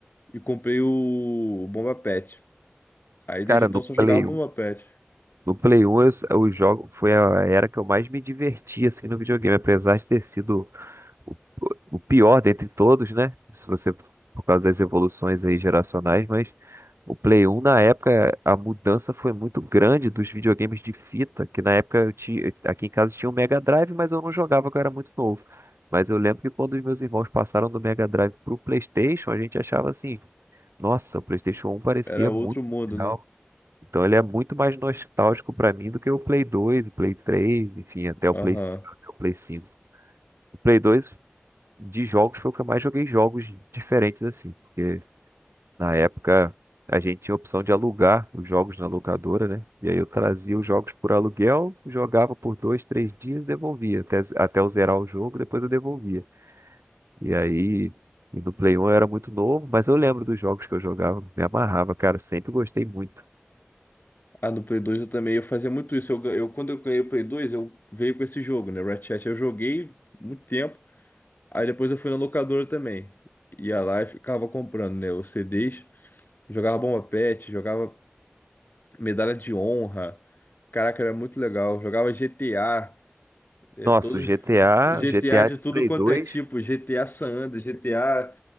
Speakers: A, on the left; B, on the right.
A: e comprei o Bomba Pet. Aí
B: Cara,
A: desde então
B: no Play
A: só jogava Bomba
B: 1.
A: Pet.
B: No Play 1 eu, eu jogo, foi a era que eu mais me diverti assim no videogame, apesar de ter sido o, o pior dentre todos, né? Se você, por causa das evoluções aí geracionais, mas o Play 1 na época a mudança foi muito grande dos videogames de fita, que na época eu tinha, aqui em casa tinha o Mega Drive, mas eu não jogava, que eu era muito novo. Mas eu lembro que quando os meus irmãos passaram do Mega Drive pro PlayStation, a gente achava assim, nossa, o PlayStation um parecia
A: Era outro
B: muito
A: mundo,
B: legal.
A: né?
B: Então ele é muito mais nostálgico pra mim do que o Play 2, o Play 3, enfim, até
A: Aham.
B: o Play, até o Play Cinco. O Play 2 de jogos foi o que eu mais joguei jogos diferentes assim, porque na época a gente tinha a opção de alugar os jogos na locadora, né? E aí eu trazia os jogos por aluguel, jogava por dois, três dias, devolvia até até eu zerar o jogo, depois eu devolvia. E aí e no Play 1 eu era muito novo, mas eu lembro dos jogos que eu jogava, me amarrava, cara, eu sempre gostei muito.
A: Ah, no Play 2 eu também, eu fazia muito isso. Eu, gan- eu, quando eu ganhei o Play 2, eu veio com esse jogo, né? Ratchet. Eu joguei muito tempo. Aí depois eu fui na locadora também. Ia lá e ficava comprando, né? Os CDs. Jogava Bomba Pet, jogava Medalha de Honra. Caraca, era muito legal. Jogava GTA. É,
B: Nossa,
A: todos...
B: o GTA,
A: GTA
B: o GTA
A: de
B: de
A: tudo
B: Play
A: quanto
B: dois
A: é tipo. GTA San Andreas, GTA.